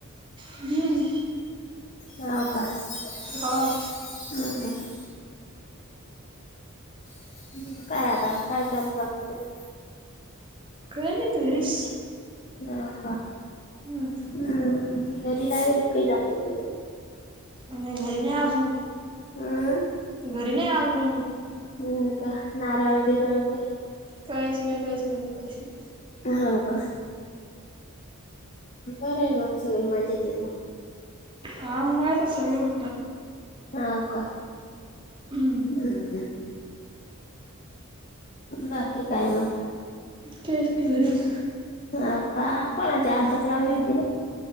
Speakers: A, on the right (about 25°); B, on the left (about 35°).
A: हम्म
B: ह अका <unintelligible>
A: हा.
B: हम्म ह काय आता काय चालू बाकी तरी
A: काय नाही तू हरीस
B: हो का
A: हम्म
B: हम्म मरी लावेल एक काही झाडो जुडो
A: नाही घरी नाही अजून
B: हम्म,
A: घरी नाही अजून
B: ह का नाराळ बीरळ कई
A: काहीच नाही काहीच नाही नाही काहीच नाही.
B: हो का बरं आहे मग सगळे मजेत हे
A: हा माझं सगळं
B: हाव का
A: हम्म
B: हम् ह <unintelligible> बाकी काय मग
A: काहीच नाही घरीच
B: अव का कोणाची आमच्यात लावली होती ना